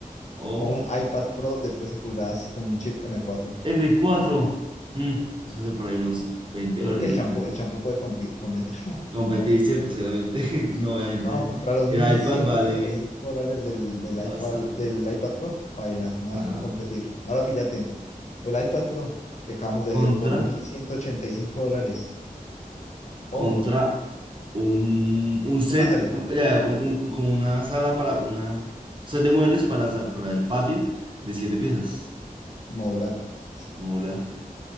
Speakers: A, on the right; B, on the left.
A: o
B: o un iPad Pro de 13 pulgadas con un chip m cuatro.
A: m cuatro mm, eso hace por ahí unos 20
B: Yo
A: dólares,
B: creo que el
A: yo
B: champú,
A: creo.
B: el champú puede compi- competir. <laughs>
A: Competir, ¿cierto? Seguramente. <laughs> No, obviamente.
B: No, contra los
A: El
B: mil
A: iPad
B: ciento
A: vale
B: ochenta y cinco dólares del, del
A: bastante.
B: iPad, del iPad Pro, paila, no
A: Ajá.
B: hay que competir. Ahora píllate, el iPad Pro que acabamos de
A: Contra,
B: ver por 1.185 dólares.
A: contra
B: Oh,
A: un, un
B: es
A: set,
B: una salita
A: u- ya, un- un- como una sala para una set de muebles para, sa- para el patio de siete piezas
B: modular. <laughs>
A: modular.